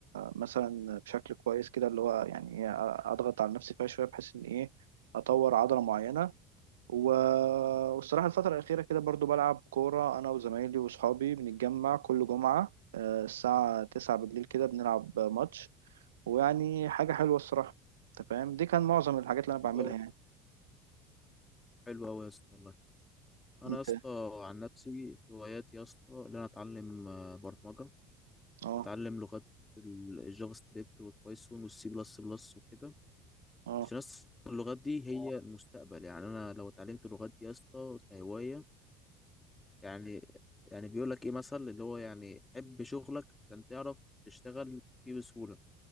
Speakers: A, on the right (about 75°); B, on the left (about 15°).
A: مثلا بشكل كويس كده اللي هو يعني ايه اضغط على نفسي فيها شويه بحيث ان ايه اطور عضله معينه و... والصراحه الفتره الاخيره كده برضو بلعب كوره انا وزمايلي واصحابي بنتجمع كل جمعه آه، الساعه 9 بالليل كده بنلعب ماتش ويعني حاجه حلوه الصراحه انت فاهم دي كان معظم الحاجات اللي انا
B: حلو
A: بعملها
B: قوي
A: يعني
B: حلو قوي يا اسطى والله انا
A: انت
B: يا اسطى عن نفسي هواياتي يا اسطى ان انا اتعلم آه، برمجه
A: اه
B: اتعلم لغات ال- الجافا سكريبت والبايثون والسي بلس بلس وكده
A: اه
B: عشان يا اسطى اللغات دي هي المستقبل يعني انا لو اتعلمت اللغات دي يا اسطى كهوايه يعني يعني بيقول لك ايه مثل اللي هو يعني حب شغلك عشان تعرف تشتغل فيه بسهوله